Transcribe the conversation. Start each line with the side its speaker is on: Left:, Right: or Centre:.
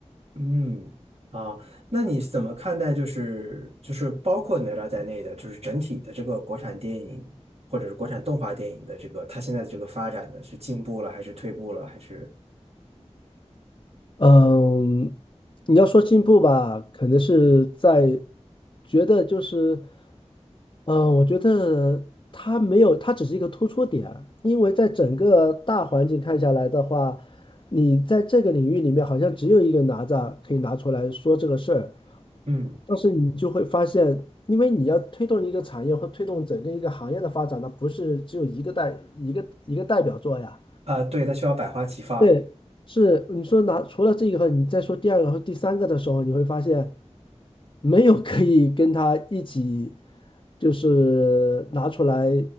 Right: 嗯，啊，那你怎么看待就是就是包括哪吒在内的，就是整体的这个国产电影或者是国产动画电影的这个它现在的这个发展呢，是进步了还是退步了还是
Left: 嗯，你要说进步吧，可能是在觉得就是，嗯，我觉得它没有，它只是一个突出点，因为在整个大环境看下来的话，你在这个领域里面好像只有一个哪吒可以拿出来说这个事儿。
Right: 嗯
Left: 但是你就会发现，因为你要推动一个产业或推动整个一个行业的发展，那不是只有一个代一个一个代表作呀。
Right: 啊，对，它需要百花齐放。
Left: 对，是你说拿除了这个，你再说第二个和第三个的时候，你会发现没有可以跟他一起就是拿出来